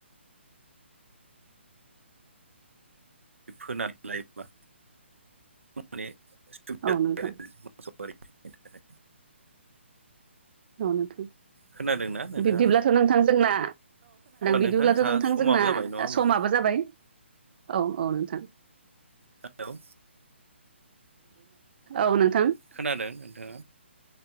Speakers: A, on the right; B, on the right.
A: फोनानै लायोब्ला माने सुबिदा
B: औ
A: जाबाय
B: नोंथां
A: मोसौ गारिनि थाखाय
B: औ नोंथां
A: खोनादोंना नोंथाङा
B: बिब्दिब्लाथ नोंथां जोंना
A: अब्ला
B: बिदिब्लाथ
A: जोंहा
B: नोंथां
A: समाबो
B: जोंना
A: जाबाय
B: ना
A: नङा होमबा
B: समाबो जाबाय औ औ नोंथां
A: हेलौ
B: औ नोंथा
A: खोनादों नोंथाङा